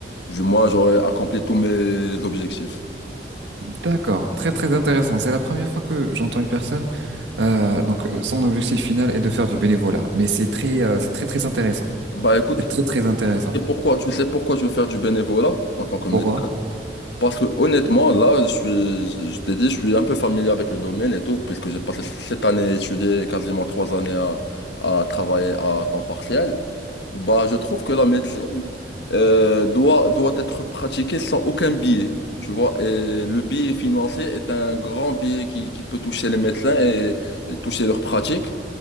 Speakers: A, on the left; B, on the right.
A: Du moins, j'aurai accompli tous mes objectifs.
B: D'accord, très très intéressant. C'est la première fois que j'entends une personne. euh, donc, euh, son objectif final est de faire du bénévolat, mais c'est très, euh, c'est très très intéressant.
A: Bah écoute,
B: C'est très très intéressant.
A: c'est pourquoi, tu sais pourquoi je veux faire du bénévolat en tant que médecin?
B: Pourquoi?
A: Parce que honnêtement, là, je suis, je t'ai dit, je suis un peu familier avec le domaine et tout, puisque j'ai passé cette année à étudier, quasiment trois années à, à travailler à temps partiel. Bah, je trouve que la médecine euh, doit, doit être pratiquée sans aucun biais, tu vois. Et le biais financier est un grand biais qui, qui peut toucher les médecins et, et toucher leur pratique.